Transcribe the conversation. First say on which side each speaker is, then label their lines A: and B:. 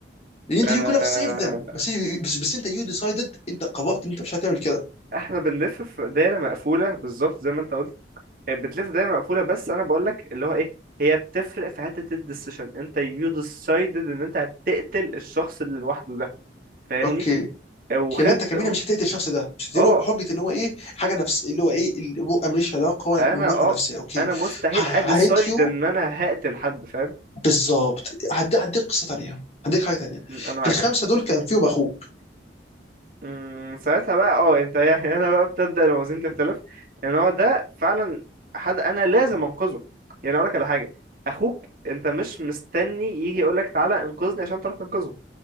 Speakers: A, on the left (about 35°); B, on the right (about 50°).
A: لان انت
B: آه،
A: يو كود هاف سيف ذم بس بس بس انت يو ديسايدد انت قررت ان انت مش هتعمل كده
B: احنا بنلف في دايره مقفوله بالظبط زي ما انت قلت بتلف دايره مقفوله بس انا بقول لك اللي هو ايه هي بتفرق في حته الديسيشن انت يو ديسايدد ان انت هتقتل الشخص اللي لوحده ده فاهمني
A: اوكي
B: وخدت
A: يعني انت كمينة مش هتقتل الشخص ده مش هتقتله
B: اه
A: بحجه ان هو ايه حاجه نفس اللي هو ايه البؤه ماليش علاقه والنوع
B: انا اه
A: نفسيه اوكي
B: انا مستحيل
A: هيت
B: اديسايد
A: يو
B: ان انا هقتل حد فاهم
A: بالظبط هديك هديك قصه تانيه هديك حاجه تانيه
B: م، انا معاك
A: في الخمسه دول كان فيهم اخوك
B: م، ساعتها بقى اه انت يعني <laughs> هنا بقى بتبدا الموازين تختلف ان هو ده فعلا حد انا لازم انقذه يعني اقول لك على حاجه اخوك انت مش مستني يجي يقول لك تعالى انقذني عشان تروح تنقذه